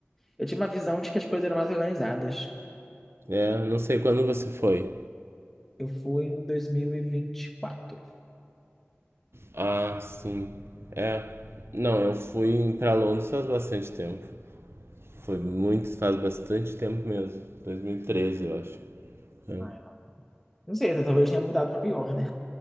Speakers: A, in the centre; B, on the right (about 65°).
A: Eu tinha uma visão de que as coisas eram mais organizadas.
B: É, não sei quando você foi.
A: Eu fui em 2024.
B: Ah, sim. É. Não, eu fui pra Londres faz bastante tempo. Foi muito, faz bastante tempo mesmo. 2013, eu acho. É.
A: Ah, não. Não sei, talvez tenha mudado pra pior, né?